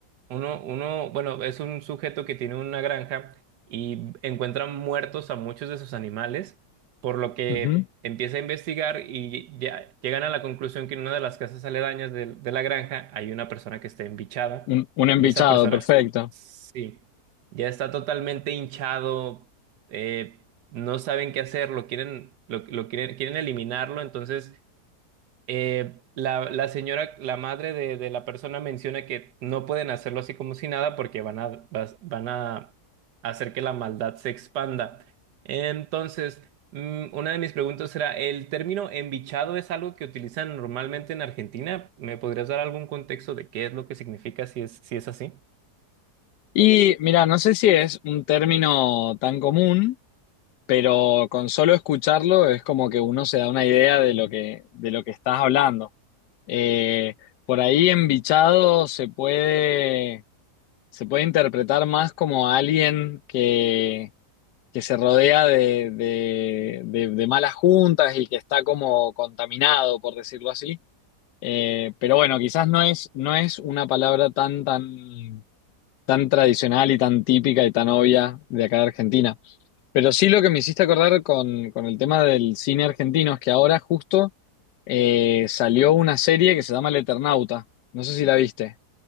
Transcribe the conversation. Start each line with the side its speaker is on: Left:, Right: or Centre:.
Right: uno, uno, bueno, es un sujeto que tiene una granja y encuentra muertos a muchos de sus animales, por lo que
Left: Ujú.
Right: empieza a investigar y ya llegan a la conclusión que en una de las casas aledañas de, de la granja hay una persona que está embichada
Left: Un, un embichado,
Right: y esa persona,
Left: perfecto.
Right: sí, ya está totalmente hinchado, eh, no saben qué hacer, lo quieren, lo, lo quieren, quieren eliminarlo, entonces eh, la, la señora, la madre de, de la persona menciona que no pueden hacerlo así como si nada porque van a, vas- van a hacer que la maldad se expanda. Entonces, mm, una de mis preguntas era, ¿el término embichado es algo que utilizan normalmente en Argentina? ¿Me podrías dar algún contexto de qué es lo que significa si es, si es así?
Left: Y mira, no sé si es un término tan común, pero con solo escucharlo es como que uno se da una idea de lo que, de lo que estás hablando. Eh, por ahí embichado se puede, se puede interpretar más como alguien que, que se rodea de, de- de- de malas juntas y que está como contaminado, por decirlo así. Eh, pero bueno, quizás no es, no es una palabra tan, tan, tan tradicional y tan típica y tan obvia de acá de Argentina. Pero sí lo que me hiciste acordar con, con el tema del cine argentino es que ahora justo eh, salió una serie que se llama El Eternauta. No sé si la viste.